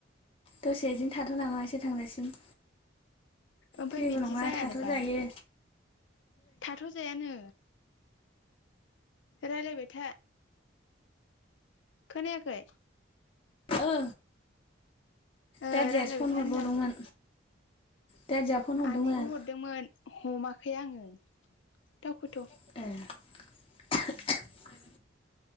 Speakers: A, on the left; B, on the left.
A: दसे बिदिनो थाथनामा एसोर थांजासिम।
B: ओमफ्राय
A: जेबो
B: बिदि
A: नङा
B: जायानोबा
A: थाथ' जायो
B: थाथ जायानो। रायज्लायबाय था खोनायाखै।
A: ओ।
B: ओ
A: दादियासो
B: रायलायबाय
A: फन
B: था
A: हरबावदोंमोन।
B: होनदां
A: दादिया फन हरदोंमोन।
B: आनैबो हरदोंमोन हमाखै आंङो दावखोथ।
A: ए